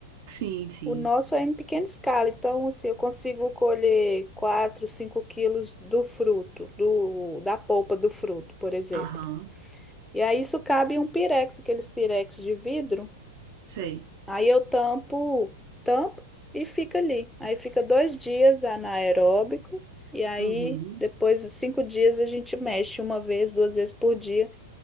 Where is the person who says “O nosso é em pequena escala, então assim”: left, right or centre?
Centre